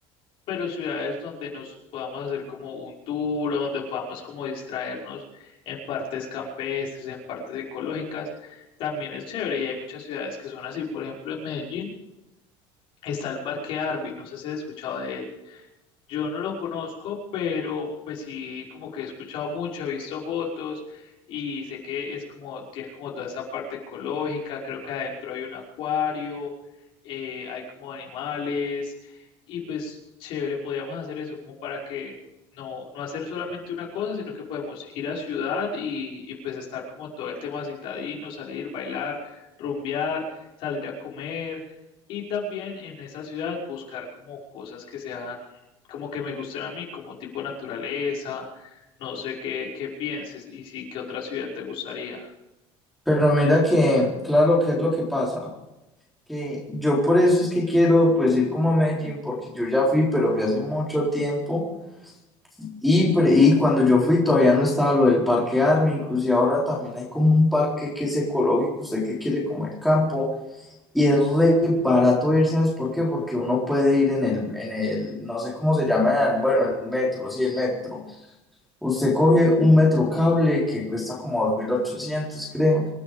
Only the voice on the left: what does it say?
pero ciudades donde nos podamos hacer como un tour, o donde podamos como distraernos en partes campestres, en partes ecológicas. También es chévere y hay muchas ciudades que son así. Por ejemplo, en Medellín está el Parque Arby, no sé si has escuchado de él. Yo no lo conozco, pero pues sí, como que he escuchado mucho, he visto fotos y sé que es como, tiene como toda esa parte ecológica, creo que adentro hay un acuario, eh, hay como animales y pues chévere, podríamos hacer eso como para que no, no hacer solamente una cosa, sino que podemos ir a ciudad y, y pues estar como todo el tema citadino, salir, bailar, rumbear, salir a comer. Y también en esa ciudad buscar como cosas que sean como que me gusten a mí, como tipo naturaleza, no sé qué, qué pienses y sí, qué otra ciudad te gustaría.